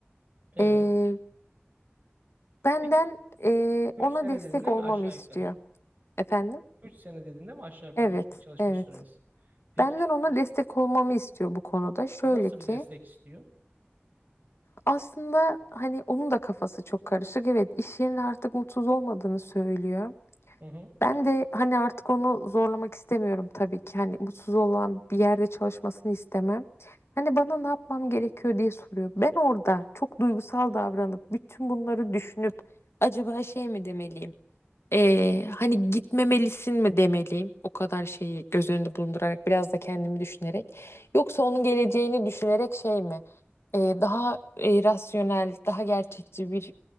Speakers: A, on the right; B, on the left.
A: Evet.
B: Ee, benden
A: Peki
B: e,
A: 3
B: ona
A: sene
B: destek
A: dedin değil
B: olmamı
A: mi aşağı
B: istiyor.
A: yukarı?
B: Efendim?
A: 3 sene dedin değil mi aşağı yukarı
B: Evet,
A: birlikte çalışma
B: evet.
A: süreniz? Peki
B: benden ona destek olmamı istiyor bu konuda. Şöyle
A: nasıl
B: ki
A: bir destek istiyor?
B: aslında hani onun da kafası çok karışık. Evet iş yerinde artık mutsuz olmadığını söylüyor.
A: Hı hı.
B: Ben de hani artık onu zorlamak istemiyorum tabii ki. Hani mutsuz olan bir yerde çalışmasını istemem. Hani bana ne yapmam gerekiyor diye soruyor. Ben orada çok duygusal davranıp bütün bunları düşünüp acaba şey mi demeliyim? Ee, hani gitmemelisin mi demeliyim? O kadar şeyi göz önünde bulundurarak biraz da kendimi düşünerek. Yoksa onun geleceğini düşünerek şey mi? Ee, daha e, rasyonel, daha gerçekçi bir